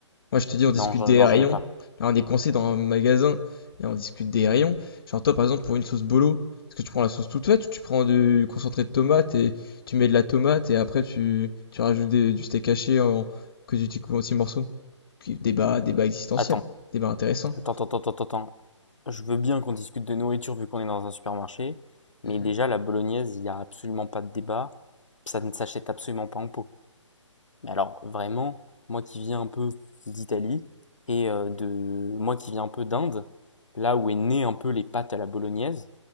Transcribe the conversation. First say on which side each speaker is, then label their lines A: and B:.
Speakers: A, on the left; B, on the left.
A: Moi, je te dis, on discute
B: non, j'en,
A: des
B: non,
A: rayons.
B: j'en ai pas.
A: Là, on est coincé dans un magasin. Et on discute des rayons. Genre, toi, par exemple, pour une sauce bolo, est-ce que tu prends la sauce toute faite ou tu prends du concentré de tomate et tu mets de la tomate et après tu, tu rajoutes des, du steak haché en, que tu, tu coupes en petits morceaux? Débat, débat existentiel.
B: Attends,
A: Débat intéressant.
B: attends, attends, attends, attends, attends. Je veux bien qu'on discute de nourriture vu qu'on est dans un supermarché, mais
A: Mhm.
B: déjà, la bolognaise, il n'y a absolument pas de débat, ça ne s'achète absolument pas en pot. Mais alors, vraiment, moi qui viens un peu d'Italie, et euh, de... moi qui viens un peu d'Inde, là où est né un peu les pâtes à la bolognaise,